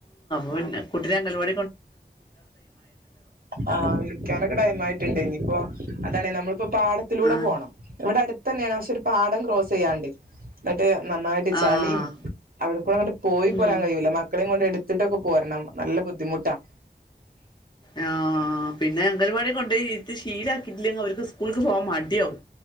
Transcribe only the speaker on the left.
പിന്നെ കുട്ടിനെ അങ്കണവാടി-
ആഹ്
ആഹ്
ഉം
ആ പിന്നെ അങ്കലവാടികൊണ്ടോയി ട്ട് ശീലാക്കിട്ട്ല്ലെങ്കില് ഓല്ക്ക് സ്‌കൂള്ക്ക് പോവാൻ മടിയാവും